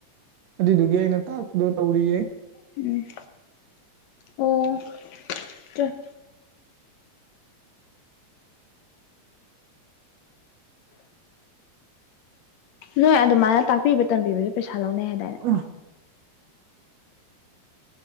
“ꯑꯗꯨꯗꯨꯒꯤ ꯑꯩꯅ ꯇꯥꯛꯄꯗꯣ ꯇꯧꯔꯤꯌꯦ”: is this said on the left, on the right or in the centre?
Right